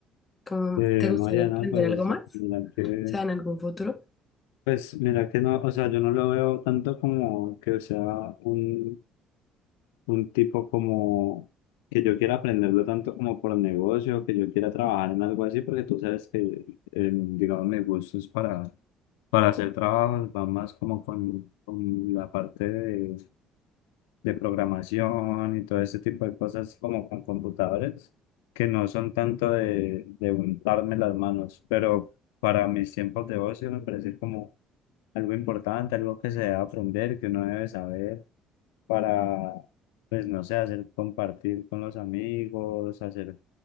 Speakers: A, on the left; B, on the left.
A: ¿Cómo
B: Eh,
A: te gustaría
B: Mariana,
A: aprender
B: pues
A: algo más?
B: mira
A: O
B: que,
A: sea, en algún futuro.
B: pues mira que no, o sea, yo no lo veo tanto como que sea un un tipo como que yo quiera aprenderlo tanto como por negocio, que yo quiera trabajar en algo así, porque tú sabes que, eh, digamos, mis gustos para, para hacer trabajos va más como con, con la parte de, de programación y todo ese tipo de cosas como con computadores, que no son tanto de, de untarme las manos, pero para mis tiempos de ocio me parece como algo importante, algo que se debe aprender, que uno debe saber para, pues no sé, hacer compartir con los amigos, hacer